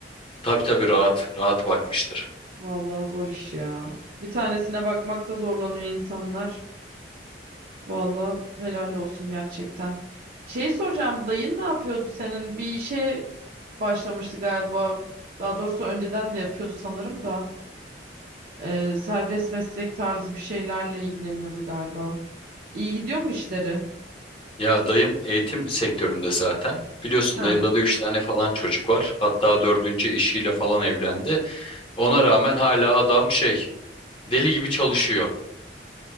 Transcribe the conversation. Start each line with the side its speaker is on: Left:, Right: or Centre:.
Left: Tabii tabii rahat rahat bakmıştır.
Right: <laughs> Vallahi zor iş ya. Bir tanesine bakmakta zorlanıyor insanlar. Vallahi helal olsun gerçekten. Şey soracağım, dayın ne yapıyordu senin? Bir işe başlamıştı galiba. Daha doğrusu önceden de yapıyordu sanırım da. Ee, serbest meslek tarzı bir şeylerle ilgileniyordu galiba. İyi gidiyor mu işleri?
Left: Ya dayım eğitim sektöründe zaten. Biliyorsun
Right: Ha,
Left: dayımda da üç tane falan çocuk var. Hatta dördüncü eşiyle falan evlendi. Ona rağmen hala adam şey deli gibi çalışıyor.